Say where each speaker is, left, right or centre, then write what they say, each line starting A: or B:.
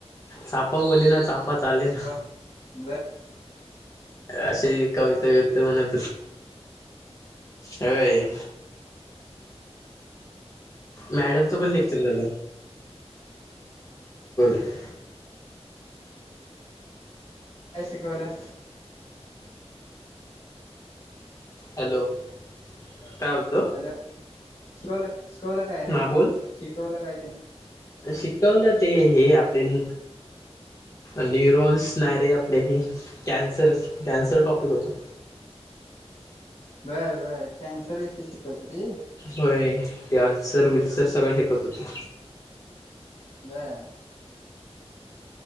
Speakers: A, on the left; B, on the left.
A: चाफा बोलेना, चाफ - -फा चालेना.
B: हो बर
A: अशी कविता बिविता म्हण- अय. मॅडमच पण लेक्चर झाल. <unintelligible>
B: काय शिकवलं?
A: हॅलो.
B: <unintelligible>
A: काय बोलतो
B: हॅलो. शिकवला शिकवला काय रे
A: हा
B: त्यानि?
A: बोल
B: शिकवला काय तीना?
A: शिकवलं ते हे आपले - न्यूरोन्स नायरे आपले हे कॅन्सर. कॅन्सर टॉपिक होतं.
B: बरं बरं. कॅन्सर विषयी शिकवते ती.
A: व्हय. ते अलसर विलसर सगळं शिकवत होती.
B: ब.